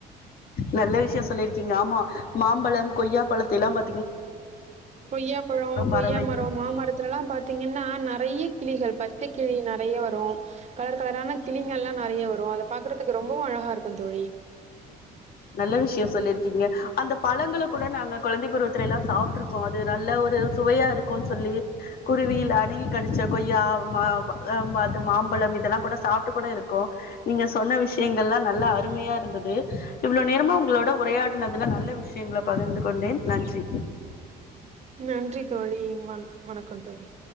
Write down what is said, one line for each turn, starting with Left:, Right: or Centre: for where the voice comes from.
Left: நல்ல விஷய சொல்லிருக்கீங்க ஆமா மாம்பழம் கொய்யா பழத்த எல்லா பா
Right: கொய்யாப்பழோ, கொய்யாமரம்
Left: பறவை
Right: மாமரத்துலல்லா பாத்தீங்கன்னா நறைய கிளிகள் பச் சை கிளி நறைய வரு கலர் கலரான கிளிங்கள்லா நறைய வரு அதை பாக்குறதுக்கு ரொம்பவு அழகா இருக்கு தோழி
Left: நல்ல விஷய சொல்லிருக்கீங்க அந்த பழங்கள கூட நாங்க குழந்தை பருவத்துல எல்லா சாப்ட்டுருக் கோ அது நல்ல ஒரு சுவையா இருக்குன்னு சொல்லி குருவில் அணில் கடிச்ச கொய்யா மா அது மா மாம்பழம் இதெல்லா கூட சாப்ட்டு கூட இருக்கோ நீங்க சொன்ன விஷயங்கள்லா நல்லா அருமையா இருந்தது இவ்ளோ நேரமா உங்களோட உரையாடினதுல நல்ல விஷயங்கள பகிர்ந்து கொண்டேன் நன்றி
Right: நன்றி தோழி வண் வணக்கோ தோழி